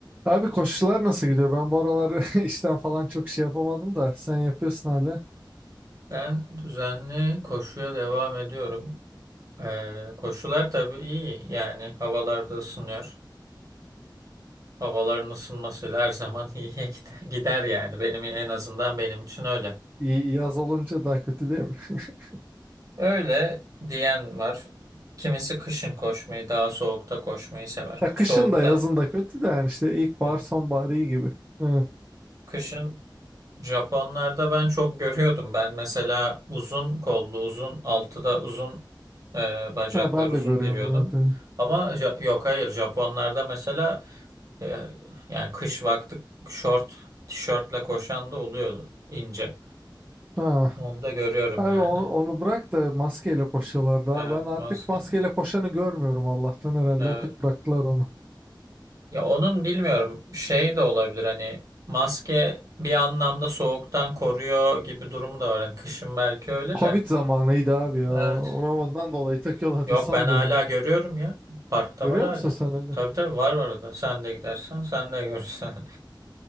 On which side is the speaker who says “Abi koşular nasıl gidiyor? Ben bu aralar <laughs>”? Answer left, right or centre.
Right